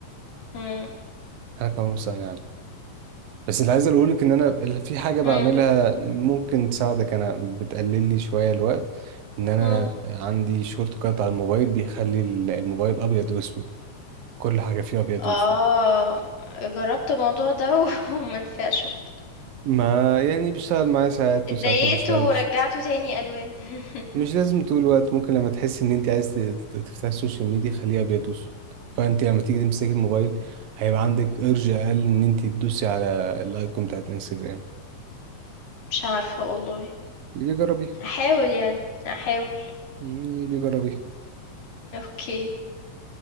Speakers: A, on the left (about 70°); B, on the right (about 80°).
A: إمم،
B: انا كعمر مستغني عنها بس اللي عايز اقولك ان انا في حاجه بعملها
A: إمم،
B: ممكن تساعدك انا بتقلل لي شويه الوقت ان انا
A: إمم.
B: عندي شورت كات على الموبايل بيخلي ال- الموبايل ابيض واسود كل حاجه فيه ابيض
A: آه،
B: واسود
A: جرّبت الموضوع ده وما نفعش <laughs> برضه.
B: ما يعني بيشتغل معايا ساعات
A: اتضايقت
B: وساعات ما بيشتغلش
A: ورجعته تاني ألوان <laughs>
B: مش لازم طول الوقت ممكن لما تحس ان انت عايز ت- ت- تفتح السوشيال ميديا خليه ابيض واسود فانت لما تيجي تمسكي الموبايل هيبقى عندك ارج اقل ان انت تدوسي على الايكون بتاعت الانستجرام
A: مش عارفة والله
B: يبقى جربيها
A: هاحاول يعني هاحاول
B: يبقى جربيها
A: أوكي